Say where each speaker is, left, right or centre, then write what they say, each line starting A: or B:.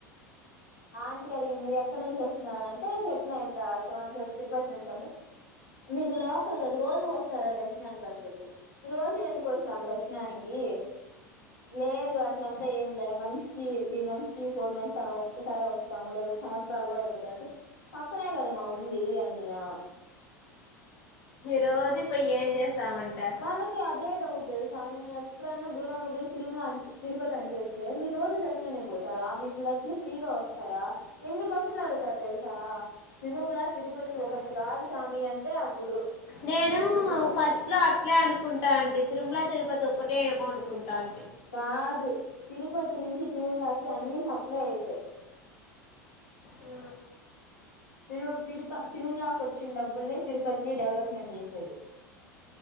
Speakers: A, on the left; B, on the left.
A: <inaudible> ఆంటీ అడిగింది మీరు ఎక్కడి నుంచి వస్తున్నారంటే, చెప్పిన ఇట్ట సో అండ్ సో తిరుపతి నుంచి అంటే మీది లోకల్ కదా రోజు వస్తారా దర్శనానికి అంటుంది. రోజు ఎందుకు వస్తాం దర్శనాని కీ లేదు అట్లంతా ఏంలే మంత్స్ కి త్రీ మంత్స్ కి ఫోర్ మంత్స్ కి అలా ఒక్కసారే వస్తాము <unintelligible> సంవత్సరాలు కూడా అయిపోతాయి అంటే, పక్కనే కదమ్మా ఉంది అంటుందమా!
B: రోజూ పోయి ఏం చేస్తామంటా?
A: వాళ్ళకి అదే డౌట్ తెలుసా నేను ఎప్పుడైన్నా దూరంగా పోయి తిరుమల అని తిరుపతి అ చెప్తే మీరు రోజు దర్శనానికి పో తరా, మీకు లడ్లు ఫ్రీగా వస్తాయా, ఎన్ని క్యశ్చన్లు అడుగుతరు తెలుసా తిరుమల, తిరుప తి ఒకటి
B: ఉమ్.
A: కాదు సామి అంటే అప్పుడు.
B: నేను
A: ఇంక తెలుస్తుంది ఒకటి
B: ఫస్ట్ లో అట్లే అనుకుంటా అండి తిరుమల తిరుపతి ఒక్కటే ఏమో అనుకుంటాను.
A: కాదు తిరుపతి నుంచి తిరుమలకి అన్ని సప్లై అయితాయి.
B: ఆ
A: తిరుమ్ తిరుప తిరుమ్లా కోచ్చిన్ డబ్బుల్నే తిరుపతిని డెవలప్మెంట్ చేసేది. <inaudible>